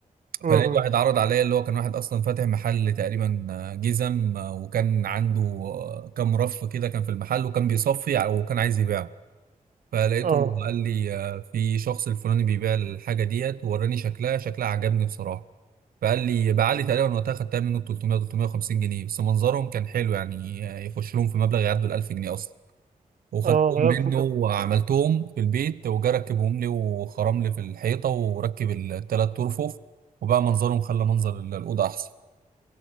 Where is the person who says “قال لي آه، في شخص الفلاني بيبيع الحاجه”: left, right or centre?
Right